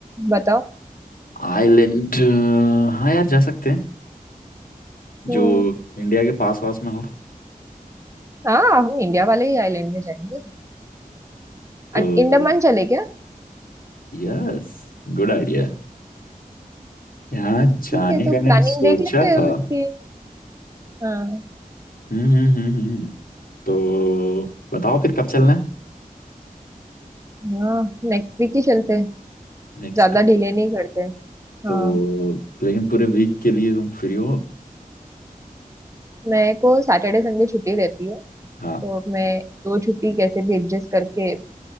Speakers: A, on the right; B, on the left.
A: बताओ
B: आइलैंड हाँ यार जा सकते हैं जो
A: हम्म
B: इंडिया के पास वास में हो
A: हाँ हम इंडिया वाले ही आइलैंड में जाएंगे
B: तो
A: <laughs> अंडमान चले क्या
B: यस गुड आइडिया यहाँ जाने
A: ठीक है तो
B: का
A: प्लानिंग
B: मैंने सोचा
A: देख लेते हैं
B: था
A: उसकी हाँ
B: हम्म हम्म हम्म हम्म। तो बताओ फिर कब चलना है
A: हाँ नेक्स्ट वीक ही चलते हैं
B: नेक्स्ट
A: ज्यादा डिले नहीं करते
B: तो
A: हाँ
B: लेकिन पूरे वीक के लिए तुम फ्री हो
A: मेरे को सैटरडे संडे छुट्टी रहती है
B: हाँ
A: तो मैं दो छुट्टी कैसे भी एडजस्ट करके अ,